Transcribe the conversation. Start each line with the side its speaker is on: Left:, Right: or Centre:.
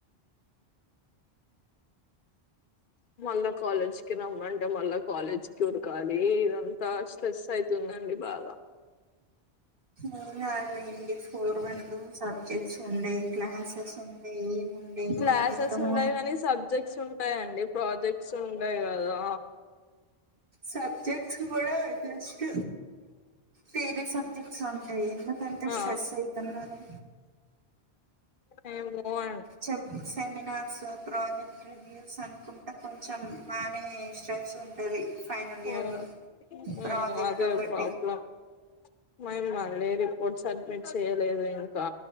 Left: మళ్ళా కాలేజ్ కి రమ్మంటే మళ్ళా కాలేజ్ కి ఉరకాలి ఇదంతా స్ట్రెస్ అయిత్ తుందండి బాగా
Right: అవున ఆలేండి ఫర్ వనలు సబ్జెక్ట్స్ ఉండయి క్లాసెస్ ఉండే ఏం ఉండే
Left: క్లాసెస్
Right: ఈ మొత్తము
Left: ఉండయి కానీ సబ్జెక్ట్స్ ఉం ంటయండి ప్రాజెక్ట్స్ ఉంటయి కదా
Right: సబ్జెక్ట్స్ కూడా జస్ట్ వేరే సబ్జెక్ట్స్ ఉంటయి ఎందుకంత
Left: ఆ
Right: స్ట్రెస్ అవుతున్నరు
Left: ఏమో అం
Right: చెప్ సెమినార్స్ ప్రాజెక్ట్ న్యూస్ అనుకుంటే కొంచెం మానే స్ట్రెస్ ఉంటది ఫైనల్ ఇయర్
Left: ఉమ్,
Right: లో ప్రాజెక్ట్
Left: ఉమ్, అదే
Right: ఒకటి
Left: ప్రాబ్లం మేము మళ్ళీ రిపోర్ట్ సడ్మిట్ చేయలేదు ఇంకా